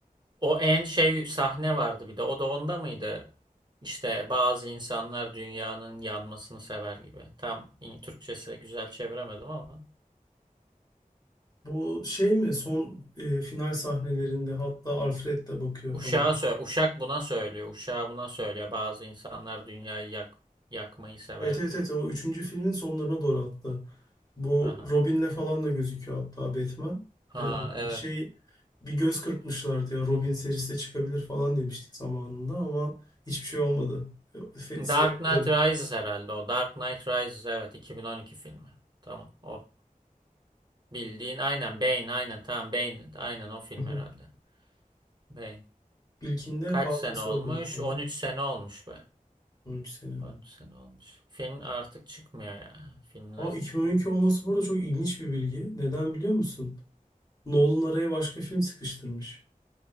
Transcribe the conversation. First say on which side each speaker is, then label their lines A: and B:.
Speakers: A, on the right; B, on the left.
A: O en şey sahne vardı bir de. O da onda mıydı? İşte bazı insanlar dünyanın yanmasını sever gibi. Tam in- Türkçesi güzel çeviremedim ama.
B: Bu şey mi son e, final sahnelerinde hatta Alfred de bakıyor
A: Uşağa
B: falan.
A: sö Uşak buna söylüyor. Uşağa buna söylüyor. Bazı insanlar dünyayı yak yakmayı sever
B: Evet evet
A: diye.
B: evet o üçüncü filmin sonlarına doğru hatta. Bu
A: Aha.
B: Robin'le falan da gözüküyor hatta Batman.
A: Ha
B: Ee,
A: evet.
B: şey bir göz kırpmışlardı ya Robin serisi de çıkabilir falan demiştik zamanında ama hiçbir şey olmadı. Ee, Fe- Seri
A: Dark Knight
B: orada bitti.
A: Rises herhalde o. Dark Knight Rises evet 2012 filmi. Tamam o. Bildiğin aynen Bane aynen tamam Bane aynen o film
B: <laughs>
A: herhalde. Bane.
B: İlkinde
A: Kaç
B: banka
A: sene
B: soygunu
A: olmuş?
B: falan
A: 13 sene olmuş be.
B: 13 sene.
A: 13 sene olmuş. Film artık çıkmıyor ya. Filmler
B: Aa 2012
A: çıkmıyor.
B: olması
A: çıkmıyor.
B: bu arada çok ilginç bir bilgi. Neden biliyor musun? Nolan araya başka film sıkıştırmış.